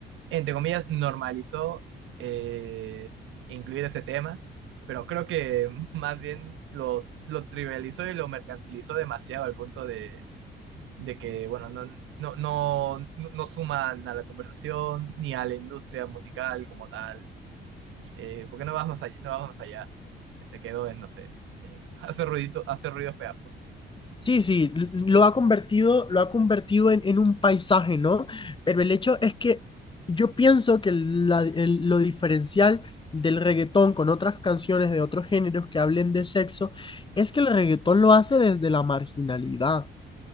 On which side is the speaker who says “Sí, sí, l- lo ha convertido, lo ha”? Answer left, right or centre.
Left